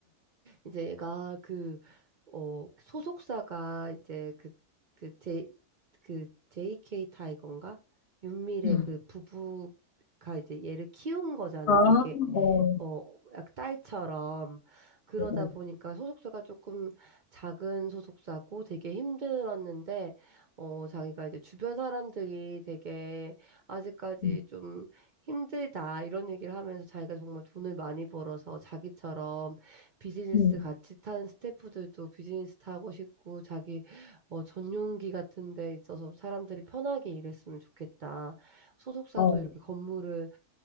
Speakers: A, on the right (about 60°); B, on the left (about 55°).
A: 이제 얘가 그, 어, 소속사가 이제 그, 그, 제, 그, JK 타이거인가? 윤미래
B: 음.
A: 그 부부가 이제 얘를 키운 거잖아.
B: 아,
A: 되게
B: 어,
A: 어, 약 딸처럼 그러다
B: 어, 어.
A: 보니까 소속사가 조금 작은 소속사고 되게 힘들었는데 어, 자기가 이제 주변 사람들이 되게 아직까지
B: 음,
A: 좀 힘들다 이런 얘기를 하면서 자기가 정말 돈을 많이 벌어서 자기처럼 비즈니스
B: 음.
A: 같이 탄 스태프들도 비즈니스 타고 싶고 자기 어, 전용기 같은 데 있어서 사람들이 편하게 일했으면 좋겠다. 소속사도
B: 어,
A: 이렇게 건물을